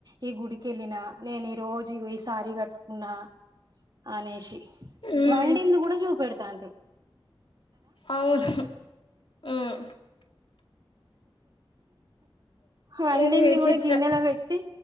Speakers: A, on the right (about 50°); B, on the left (about 75°).
A: ఈ గుడికెళ్ళిన, నేన్ ఈ రోజు ఇగో ఈ సారీ గట్టుకున్నా. అనేషి,
B: ఉమ్
A: వండింది గుడా చూపెడ్తాన్రు.
B: అవును. ఉమ్
A: ఆ వండింది
B: ఇది విచిత్రం
A: గుడా, గిన్నెలో వెట్టి,